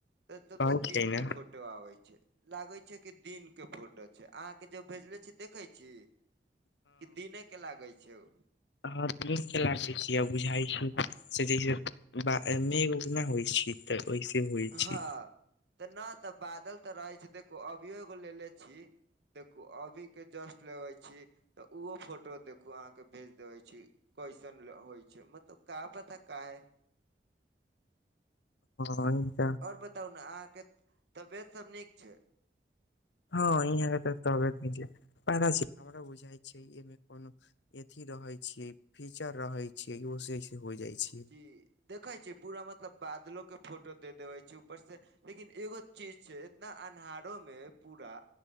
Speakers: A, on the right; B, on the left.
A: त तब-
B: कहै
A: तब
B: छियै
A: दिन
B: ने
A: के फोटो। फोटो आबे छै, लागे छै कि दिन के फोटो छै, आहाँ के जब भेजले छी देखे छी। कि दिने के लागै छै ओ।
B: ह <unintelligible> छियै बुझाय छै। से जैसे बा मेघ -उघ ना होय छी तऽ ओऐसे होय
A: हँ
B: छी।
A: तऽ नैय तऽ बादल तऽ रहे छै, देखू अभियो एगो लेे ले छी देखू अभी के जस्ट लेबे छी तऽ ओहो फोटो देखू, आहाँ के भेज देबे छी। कैसन होय छै, मतलब का पता काहे।
B: ह इ त।
A: और बताउ ने, अहाँ के तबियत सब नीक छै?
B: ह यहाँ के त तत म बुझइ छै <unintelligible> कोनो अथी रहे छीयै, फीचर रहे छीयै, ओ सेस हो जाय छै।
A: जी देखे छिय पूरा मतलब, बादलो के फोटो दे देवे छै, ऊपर से लेकिन एगो चीज छै इतना अन्हारो मे पूरा